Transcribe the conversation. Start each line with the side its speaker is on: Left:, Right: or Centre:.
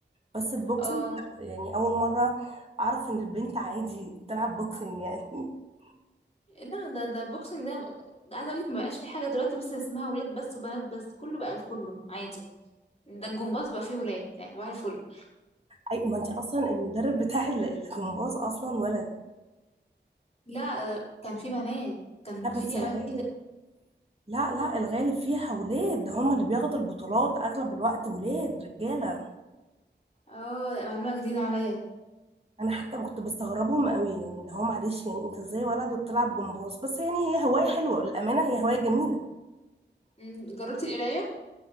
Right: بس البوكسنج
Left: اه
Right: لا يعني اول مره اعرف ان البنت عادي تلعب بوكسنج يعني <laughs>
Left: لا ده ده بوكسنج ده ده عايزه اقول لك ما بقاش في حاجه دلوقتي بس اسمها ولاد بس وبنات بس كله بقى لكله عادي ده الجمباز بقى فيه ولاد يعني صباح الفل
Right: اي ما انت اصلا المدرب بتاع ال- الجمباز اصلا ولد
Left: لا ده كان فيه بنات كان
Right: لا بس
Left: فيه
Right: الغالب
Left: اماكن كده
Right: لا لا الغالب فيها ولاد هما اللي بياخدوا البطولات اغلب الوقت ولاد رجاله
Left: اه لا، معلومه جديده عليا دي
Right: انا حتى كنت بستغربهم قوي يعني اللي هو معلش يعني انت ازاي ولد وبتلعب جمباز بس يعني هي هوايه حلوه الامانه هي هوايه جميله
Left: أمم، جربتي القرايه